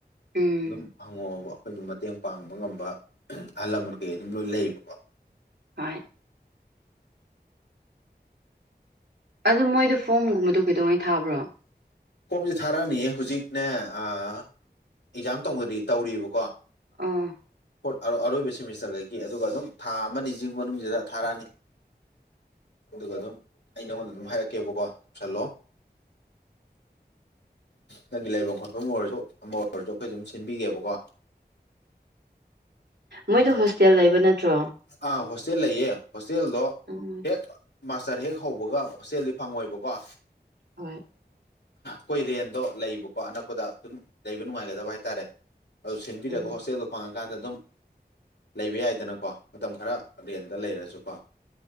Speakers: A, on the right; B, on the left.
A: ꯎꯝ
B: ꯑꯗꯨꯝ ꯍꯪꯉꯣꯑꯣꯕ ꯑꯈꯣꯏꯅ ꯃꯇꯦꯡ ꯄꯥꯡꯕ ꯉꯝꯕ ꯑꯍꯜ ꯂꯃꯟ ꯀꯩ ꯀꯩ ꯑꯗꯨꯝ ꯂꯣꯏ ꯂꯩꯌꯦꯕꯀꯣ
A: ꯍꯣꯏ ꯑꯗꯨ ꯃꯣꯏꯗꯨ ꯐꯣꯝ ꯒꯨꯝꯕꯗꯨ ꯀꯩꯗꯧꯉꯩ ꯊꯥꯕ꯭ꯔꯣ
B: ꯐꯣꯝꯖꯦ ꯊꯥꯔꯛꯑꯅꯤꯌꯦ ꯍꯨꯖꯤꯛꯅꯦ ꯑꯥ ꯑꯦꯛꯖꯥꯝ ꯇꯧꯎꯒꯔꯤ ꯇꯧꯔꯤꯕꯀꯣ
A: ꯑꯥ
B: ꯐꯣꯔꯠ ꯑ ꯑꯔꯣꯏꯕ ꯁꯤꯃꯤꯁꯇꯔꯒꯩꯒꯤ ꯑꯗꯨꯒ ꯑꯗꯨꯝ ꯊꯥ ꯑꯃꯅꯤꯖꯤ ꯃꯅꯨꯡꯖꯤꯗ ꯊꯥꯔꯑꯅꯤ ꯑꯗꯨꯒ ꯑꯗꯨꯝ ꯑꯩ ꯅꯉꯣꯟꯗ ꯑꯗꯨꯝ ꯍꯥꯏꯔꯛꯀꯦꯕꯀꯣ ꯇꯧꯁꯜꯂꯣ
A: <inaudible>
B: ꯅꯪꯒꯤ ꯂꯩꯕꯝ ꯈꯣꯠꯄꯝ ꯑꯣꯏꯔꯖꯨ ꯑꯃ ꯑꯣꯏꯔꯖꯨ ꯑꯈꯣꯏ ꯑꯗꯨꯝ ꯁꯤꯟꯕꯤꯒꯦꯕꯀꯣ
A: ꯃꯣꯏꯗꯣ
B: ꯅꯪ
A: ꯍꯣꯁꯇꯦꯜ ꯂꯩꯕ ꯅꯠꯇ꯭ꯔꯣ
B: ꯑꯥ ꯍꯣꯁꯇꯦꯜ ꯂꯩꯌꯦ ꯍꯣꯁꯇꯦꯜꯗꯣ
A: ꯎꯝ
B: ꯍꯦꯛ ꯃꯥꯁꯇꯔ ꯍꯦꯛ ꯍꯧꯕꯒ ꯍꯣꯁꯇꯦꯜꯗꯤ ꯐꯪꯉꯣꯏꯕꯀꯣ
A: ꯍꯣꯏ
B: ꯈꯣꯏ ꯔꯦꯟꯗꯣ ꯂꯩꯕꯀꯣ ꯑꯅꯛꯄꯗ ꯑꯗꯨꯝ ꯂꯩꯕ ꯅꯨꯡꯉꯥꯏꯒꯗꯕ ꯍꯥꯏꯇꯥꯔꯦ ꯑꯗꯨ ꯁꯤꯟꯕꯤꯔꯒ
A: ꯎꯝ
B: ꯍꯣꯁꯇꯦꯜꯗꯨ ꯐꯪꯉ ꯀꯥꯟꯗ ꯑꯗꯨꯝ ꯂꯩꯕ ꯌꯥꯏꯗꯅꯀꯣ ꯃꯇꯝ ꯈꯔ ꯔꯦꯟꯗ ꯂꯩꯔꯖꯨꯀꯣ